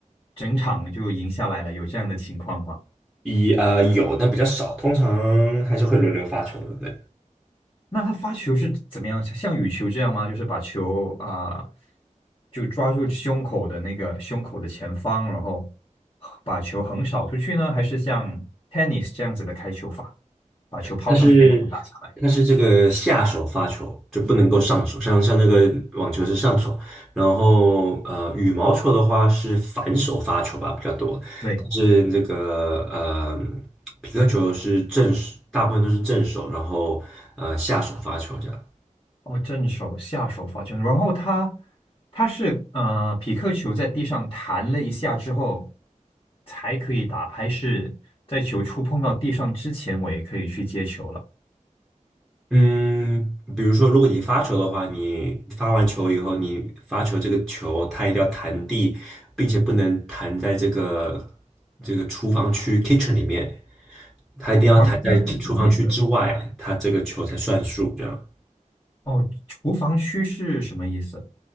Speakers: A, on the left; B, in the centre.
A: 整场就赢下来了？有这样的情况吗？
B: 一呃有，但比较少，通常还是会轮流发球的。对，
A: 那他发球是怎么样？像像羽球这样吗？就是把球啊、就抓住胸口的那个胸口的前方，然后把球横扫出去呢？还是像 tennis 这样子的开球法，把球抛上天空打下来？
B: 它是它是这个下手发球，就不能够上手，像像那个网球是上手，然后呃羽毛球的话是反手发球吧比较多，
A: 对，
B: 但是这个呃皮克球是正手，大部分都是正手，然后呃下手发球这样。
A: 哦，正手、下手发球，然后他他是呃匹克球在地上弹了一下之后才可以打，还是在球触碰到地上之前我也可以去接球了？
B: 嗯，比如说，如果你发球的话，你发完球以后，你发球这个球它一定要弹地，并且不能弹在这个这个厨房区 kitchen 里面，它一定要哦弹在厨房区之外，
A: 无防区是什么意思？
B: 它这个球才算数。这样，
A: 哦，厨房区是什么意思？